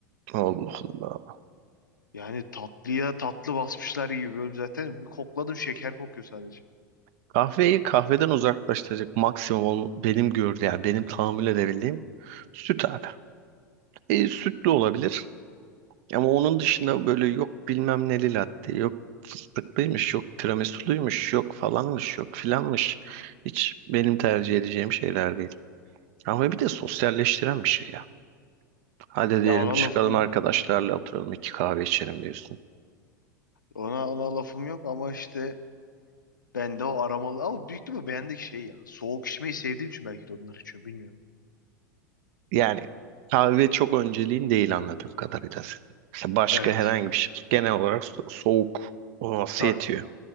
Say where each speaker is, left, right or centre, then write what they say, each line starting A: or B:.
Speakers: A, on the right; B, on the left.
A: Allah Allah.
B: Yani tatlıya tatlı basmışlar gibi böyle zaten bir kokladım şeker kokuyor sadece.
A: Kahveyi kahveden uzaklaştıracak maksimum ol- benim gördüğüm yani benim tahammül edebildiğim süt abi. E, sütlü olabilir. Ama onun dışında böyle yok bilmem neli latte, yok fıstıklıymış, yok tiramisuluymuş, yok falanmış, yok filanmış. Hiç benim tercih edeceğim şeyler değil. Ama bir de sosyalleştiren bir şey ya. Hadi diyelim
B: Ya ona
A: çıkalım
B: lafım yok.
A: arkadaşlarla oturalım iki kahve içelim diyorsun.
B: Ona ona lafım yok ama işte bende o aromalı ama büyük ihtimalle beğendik şey ya. Soğuk içmeyi sevdiğim için belki de onları içiyorum bilmiyorum.
A: Yani kahve çok önceliğin değil anladığım kadarıyla senin. Mesela başka
B: Evet
A: herhangi bir şey. Genel olarak so- soğuk olması
B: tabii
A: yetiyor.